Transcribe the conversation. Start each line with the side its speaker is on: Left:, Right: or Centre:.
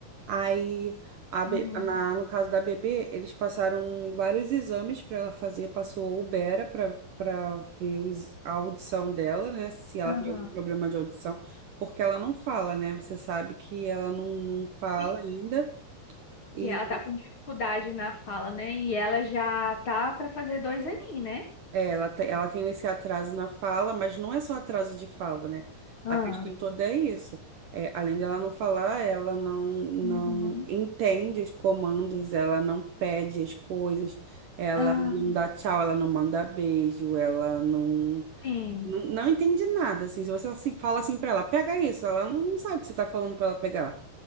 Right: Aí, a be-
Left: Aham.
Right: na- no caso da bebê, eles passaram vários exames para ela fazer. Passou o Bera para para ver os- a audição dela, né? Se ela
Left: Aham.
Right: tem algum problema de audição, porque ela não fala, né? Você sabe que ela não, não fala
Left: Sim,
Right: ainda. E
Left: sim, ela tá com dificuldade na fala, né? E ela já tá pra fazer dois aninhos, né?
Right: É, ela, te- ela tem esse atraso na fala, mas não é só atraso de fala, né?
Left: Ah,
Right: A questão toda é isso. É, além dela não falar, ela não, não
Left: Uhum.
Right: entende os comandos, ela não pede as coisas, ela
Left: ah,
Right: não dá tchau, ela não manda beijo, ela não,
Left: sim.
Right: não, não entende nada. Assim, se você assim, fala assim pra ela, pega isso, ela não sabe o que você tá falando pra ela pegar.